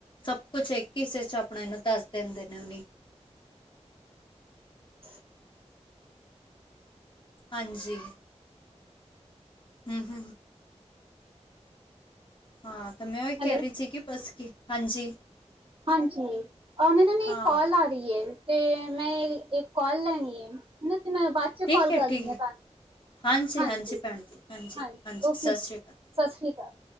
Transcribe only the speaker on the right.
<inaudible>
ਹੈਲੋ
ਹਾਂਜੀ ਓ ਮੈਨੂੰ ਨਾ
ਇੱਕ ਕਾਲ ਆ ਰੀ ਏ ਤੇ ਮੈਂ ਇੱਕ ਕੌਲ ਲੈਣੀ ਏ, ਮੈਂ ਤੇਨੇ ਬਾਅਦ ਚ
ਕੌਲ
ਕਰਦੀ
ਆ
ਤਾਨੂੰ,
ਹਾਂਜੀ-ਹਾਂਜੀ
ਓਕੇ
ਜੀ।
ਸਾਸਰੀਕਾਲ।